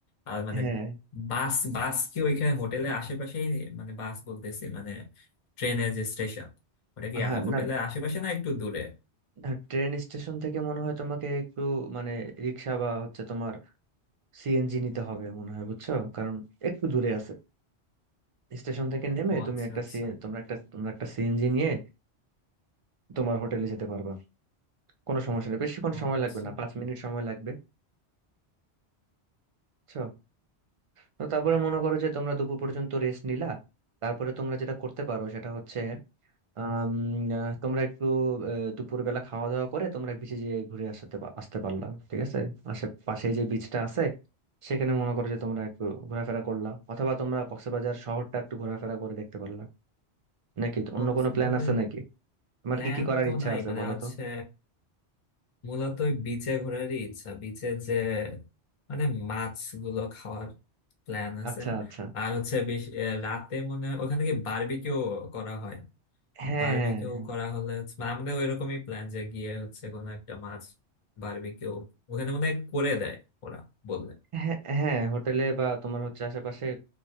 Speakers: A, on the left; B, on the right.
A: আর মানে
B: হ্যাঁ
A: বাস বাস কি ওইখানে হোটেলের আশেপাশেই মানে বাস বলতেছি মানে ট্রেনের যে স্টেশন ওটা কি
B: হ্যাঁ,
A: আ- হোটেলের
B: না
A: আশেপাশে না একটু দূরে
B: না, ট্রেন স্টেশন থেকে মনে হয় তোমাকে একটু মানে রিক্সা বা হচ্ছে তোমার সিএনজি নিতে হবে মনে হয় বুঝছো কারণ একটু দূরে আছে স্টেশন থেকে নেমে
A: ও
B: তুমি
A: আচ্ছা
B: একটা
A: আচ্ছা
B: সি তোমরা একটা তোমরা একটা সিএনজি নিয়ে তোমার হোটেলে যেতে পারবা কোনো সমস্যা নেই বেশিক্ষণ
A: ও
B: সময়
A: আচ্ছা
B: লাগবে না পাঁচ মিনিট সময় লাগবে বুঝছো তো তারপরে
A: হ্যাঁ
B: মনে করো যে তোমরা দুপুর পর্যন্ত রেস্ট নিলা তারপরে তোমরা যেটা করতে পারো সেটা হচ্ছে আম, আহ, তোমরা একটু দুপুর বেলা খাওয়া দাওয়া করে তোমরা বিচে যেয়ে ঘুরে আসতে পা- আসতে পারলা ঠিক আছে আশেপাশে যে বিচটা আছে সেখানে মনে করো যে তোমরা একটু ঘোরাফেরা করলা অথবা তোমরা কক্সবাজার শহরটা একটু ঘোরাফেরা করে দেখতে পারলা নাকি তো
A: কক্সবাজারের
B: অন্য কোনো প্ল্যান আছে নাকি তোমার
A: প্ল্যান
B: কি কি করার
A: তো
B: ইচ্ছা
A: নাই
B: আছে
A: মানে
B: বলো
A: হচ্ছে
B: তো
A: মূলত ওই বিচে ঘোরারই ইচ্ছা বিচে যে মানে মাছগুলো খাওয়ার প্ল্যান আছে
B: আচ্ছা আচ্ছা
A: আর হচ্ছে বেশ আহ, রাতে মনে হয় ওখানে কি বারবিকিউ করা হয়
B: হ্যাঁ
A: বারবিকিউ
B: হ্যাঁ
A: করা হলে হচ্ছে- মানে আমাদের ওইরকমই প্ল্যান যে গিয়ে হচ্ছে কোনো একটা মাছ বারবিকিউ ওখানে মনে হয় করে দেয় ওরা বললে
B: হ্যাঁ হ্যাঁ হোটেলে বা তোমার হচ্ছে আশেপাশে